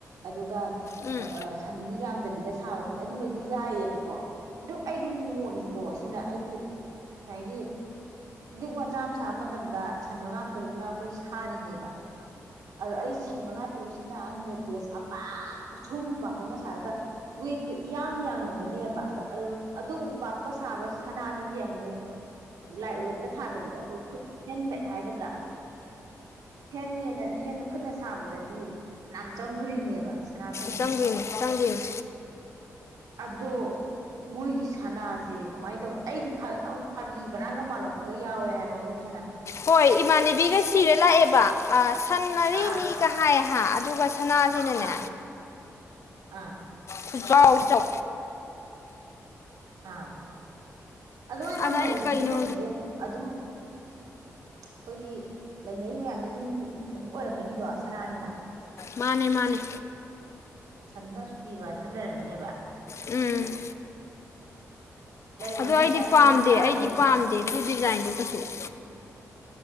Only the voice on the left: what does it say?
ꯎꯝ
ꯆꯪꯗꯣꯏꯅꯦ ꯆꯪꯗꯣꯏꯅꯦ
ꯍꯣꯏ ꯏꯃꯥꯟꯅꯕꯤꯒ ꯁꯤꯔ ꯂꯥꯛꯑꯦꯕ ꯑꯁ ꯁꯟꯅꯔꯤ
ꯃꯤ ꯀ ꯍꯥꯏꯥꯏꯍ ꯑꯗꯨꯒ ꯁꯅꯥꯁꯤꯅꯅꯦ
ꯈꯨꯆꯥꯑꯣꯎ ꯆꯥꯎ
ꯑꯗ
ꯑꯩꯅ ꯀꯩꯅꯣ
ꯃꯥꯅꯦ ꯃꯥꯅꯦ
ꯎꯝ
ꯑꯗ ꯑꯩꯗꯤ
ꯄꯥꯝꯗꯦ
ꯑꯩꯗꯤ ꯄꯥꯝꯗꯦ ꯑꯗꯨ ꯗꯤꯖꯥꯏꯟꯗꯨꯣ ꯈꯠꯇꯣꯛ